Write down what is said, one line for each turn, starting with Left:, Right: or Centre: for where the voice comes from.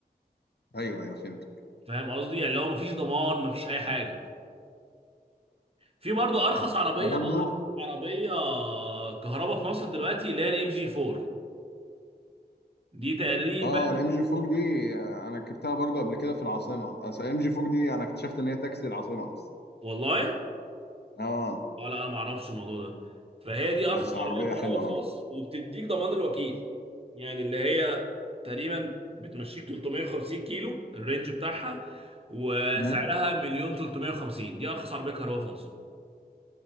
Left: ايوه ايوه فهمت
Right: فاهم قصدي يعني لو مفيش ضمان مفيش اي حاجه في برضه ارخص عربيه
Left: انا برضو
Right: عربيه كهرباء في مصر دلوقتي اللي هي الام جي 4 دي تقريبا
Left: اه الام جي 4 دي آه، انا ركبتها برضو قبل كده في العاصمه اصل الام جي 4 دي انا اكتشفت ان هي تاكسي العاصمه اصلا
Right: والله
Left: اه
Right: اه لا انا ما اعرفش الموضوع ده فهي دي
Left: بس
Right: ارخص
Left: عربيه
Right: عربيه كهرباء
Left: حلوه برضه
Right: في مصر وبتديك ضمان الوكيل يعني اللي هي تقريبا بتمشيك 350 كيلو الرينج بتاعها وسعرها
Left: مم.
Right: مليون 350 دي ارخص عربيه كهرباء في مصر